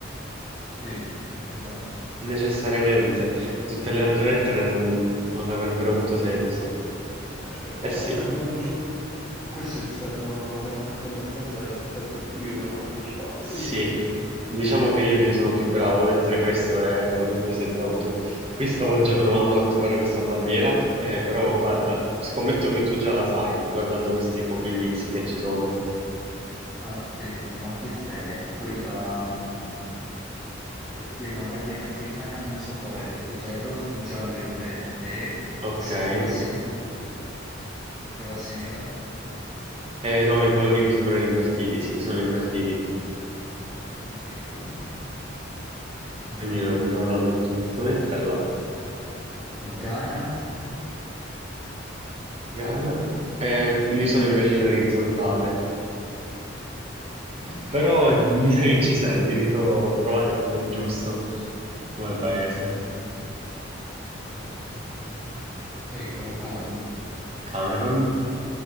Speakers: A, in the centre; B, on the right.
A: Sì, esatto.
B: necessariamente. Tutte le altre lettere non, non avrebbero avuto senso.
A: Perfetto,
B: Eh
A: dai,
B: sì,
A: cambiamo gioco. che Questo è stato, abbiamo fatto abbastanza, sei stato più, io non ho partecipato,
B: Sì,
A: quindi...
B: diciamo che io lì sono più bravo, mentre questo è quello in cui sei bravo tu. Qui stavo già provando a trovare questa bandiera, eh, però guarda,
A: Mm.
B: scommetto che tu già la sai, guardando questi pochi
A: Aspetta.
B: indizi che ci sono.
A: Aspetta, ma questa è quella... mm, eh, Sì, è una bandiera africana, non so quale, perché c'è il rosso, giallo e verde.
B: Ok.
A: Se
B: Eh,
A: prova Senegal, prova Senegal.
B: no, i colori mi sembrano invertiti, sì, sono invertiti,
A: Ok. Eh, prova
B: quindi non, non ha molto senso metterla.
A: Ghana.
B: Ghana. Eh, lì sono invece
A: No,
B: in orizzontale,
A: no, al contrario. E allora che
B: però
A: paese?
B: mi sa che ci sei, devi solo trovare quello giusto come paese.
A: Ah, no. Eccolo, Camerun.
B: Cameron?